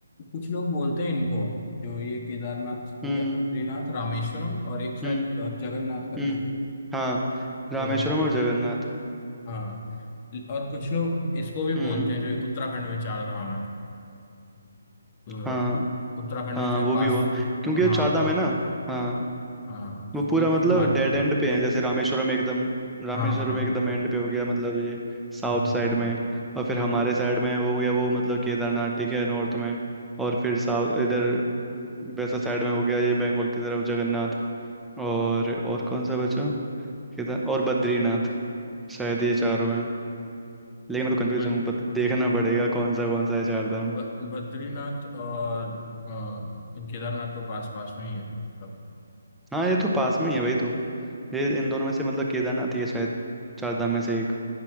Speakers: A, on the left; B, in the centre.
A: कुछ लोग बोलते हैं इनको जो ये केदारनाथ हो
B: हम्म
A: गया बद्रीनाथ रामेश्वरम और एक शायद
B: हम्म
A: कोई और जगन्नाथ करके
B: हम्म हाँ रामेश्वरम
A: जो
B: और जगन्नाथ
A: हाँ और कुछ लोग इसको भी
B: हम्म
A: बोलते हैं जो उत्तराखंड में चार धाम है तो
B: हाँ
A: उत्तराखंड
B: हाँ
A: में जो ये
B: वो
A: पास
B: भी हुआ क्योंकि
A: हाँ
B: ये चार धाम है ना हाँ
A: हाँ तो
B: वो
A: उनको
B: पूरा मतलब
A: भी मानते
B: डेड
A: हैं
B: एंड पे है जैसे रामेश्वरम एकदम रामेश्वरम
A: हाँ हाँ
B: एकदम एंड पे हो गया मतलब ये साउथ
A: हम्म,
B: साइड
A: हम्म,
B: में और फिर हमारे साइड में हो गया वो मतलब केदारनाथ ठीक है नॉर्थ में और
A: हम्म।
B: फिर साउथ इधर वैसा साइड में हो गया ये बंगाल की तरफ जगन्नाथ और और कौन सा बचा केदार और बद्रीनाथ शायद ये चारों हैं लेकिन मैं तो कंफ्यूज
A: ब,
B: हूँ पत, देखना पड़ेगा कौन सा कौन सा है चार धाम
A: ब, बद्रीनाथ और अ, केदारनाथ तो पास पास में ही है मतलब
B: हाँ ये तो पास में ही है भाई तो ये इन दोनों में से मतलब केदारनाथ ही है शायद चार धाम में से एक